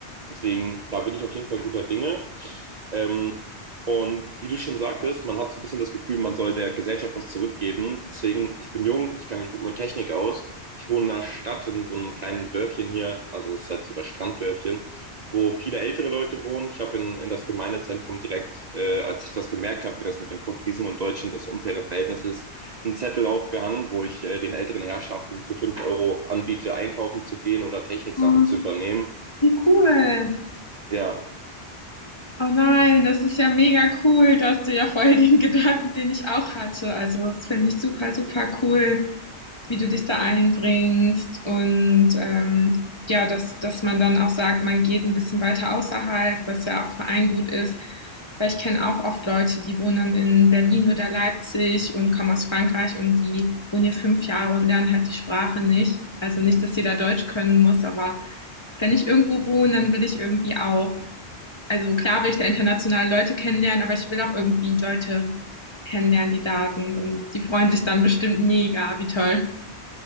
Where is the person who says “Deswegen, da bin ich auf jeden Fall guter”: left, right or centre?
Right